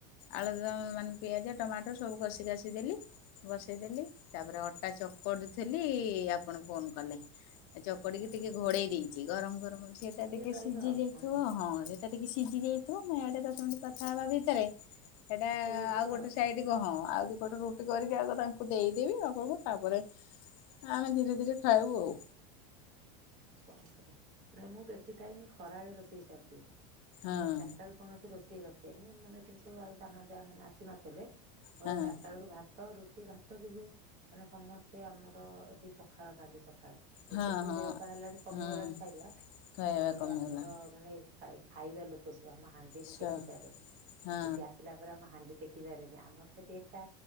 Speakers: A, on the left (about 55°); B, on the right (about 45°).
A: ଆଳୁଦମ୍ ମାନେ ପିଆଜ, ଟମାଟୋ ସବୁ କଷି କାଷି ଦେଲି ବସେଇଦେଲି ତାପରେ ଅଟା ଚକଟୁ ଥିଲି ଆପଣ ଫୋନ କଲେ। ଏଇ ଚକଡଟିକି
B: ହଁ
A: ଟିକେ
B: ହଁ
A: ଘୋଡେଇ ଦେଇଚି ଗରମ ଗରମ ସେଇଟା ଟିକେ
B: ରହିବ
A: ସିଝି
B: ଆଉ
A: ଯାଇଥିବ
B: ହୁଁ
A: ହଁ ସେ ଟିକେ ସିଝି ଯାଇଥିବ ମୁଁ ଏଠି ଦଶ ମିନଟ କଥା ହବା ଭିତରେ ସେଟା
B: ସେ ହେଇଯିବ
A: ଆଉ ଗୋଟେ ସାଇଡ <unintelligible> କ ହଁ ଆଉ ଦିପଟ ରୁଟି କରିକି ଆଗ ତାଙ୍କୁ ଦେଇଦେବି ଆପଣଙ୍କୁ ତାପରେ ଆମେ ଧୀରେ ଧୀରେ ଖାଇବୁ ଆଉ
B: କଣ କରିବା, ନା ମୁଁ ବେଶୀ ଟାଇମ ଖରାବେଳେ ରୋଷେଇ ସାରିଦିଏ
A: ଆଉ
B: ମାନେ ଚାରିଟା ବେଳ କୌଣସି ରୋଷେଇ ରଖେନି ଏ ମାନେ ତ ସବୁ ଆଉ ସାନ ଯାଆ ମାନେ ଆସିନଥିଲେ ମୋର
A: ହଁ
B: ଚାରିଟା ବେଳକୁ ଭାତ ରୁ ଏ ଭାତ ବି ହୁଏ ମାନେ ସମସ୍ତେ ଆମର ଏଠି ପଖାଳ ଖାଆନ୍ତି ସକାଳେ
A: ହଁ
B: ଏବେ ସବୁ
A: ହଁ
B: ଦେହ ପା ହେଲାଣି କମିଗଲାଣି
A: ହଁ ହଁ
B: ଖାଇବା
A: ଖାଇବା
B: ନହେଲେ
A: କମିଗଲାଣି
B: ଆମର ମାନେ ଖାଇ ଖାଇବା ଲୋକସୁ ମା ହାଣ୍ଡି ମୁଁ
A: ସ
B: ଟେକି ପାରେନି,
A: ହଁ
B: ଏଠି ଆସିଲା ପରେ ମୁଁ ହାଣ୍ଡି ଟେକି ପାରେନି ଆମର ସେଠି ଏକା